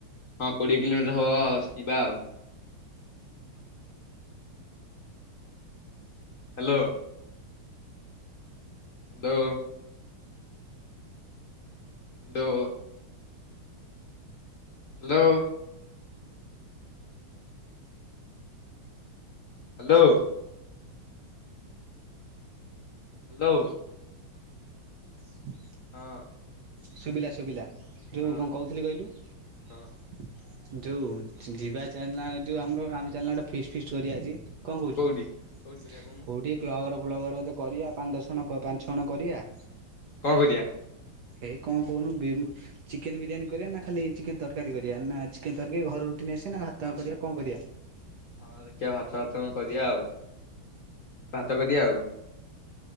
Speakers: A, on the left; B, on the right.
A: ହଁ କୋଡିଏ କିଲୋମିଟର ହବ। ଯିବା ଆଉ। Hello. Hello. Hello. Hello. Hello. Hello.
B: <unintelligible>
A: ହଁ।
B: ଶୁଭିଲା ଶୁଭିଲା। ଯେଉଁ
A: ହଁ
B: କ ଣ କହୁଥିଲି କହିଲୁ?
A: କଣ
B: ଯୋଉ ଯିବା ଚା ଯୋଉ ଆମର ଆେ ଚାଲ ଗଟ ଫି ଫିସ୍ କରିବା ଆଜି। କଣ କହୁଛୁ?
A: କୋଉଠି କୋଉଠି କରିବା
B: କୋଉଠି?
A: କହୁନୁ
B: ବ୍ଲବର ବ୍ଲବର ବୋଧେ କରିବା ପାଞ୍ଚ ଦଶ ଜଣ ପାଞ୍ଚ ଜଣ କରିବା।
A: କଣବ ଦିଆ?
B: ଏଇ କଣ କହୁନୁ? ଚିକେନ ବିରିୟାନୀ କରିବା ନା ଖାଲି ଚିକେନ ତରକାରୀ କରିବା ନା ଚିକେନ ତରକାରୀ ଘରେ ରୁଟି ନେଇଆସିବା ନା ହାତ କରିବା କଣ କରିବା?
A: ହଁ ଦେଖିବା ଭାତ ଭାତ କରିିଆ ଆଉ ଭାତ କରିଦିଆ ଆଉ।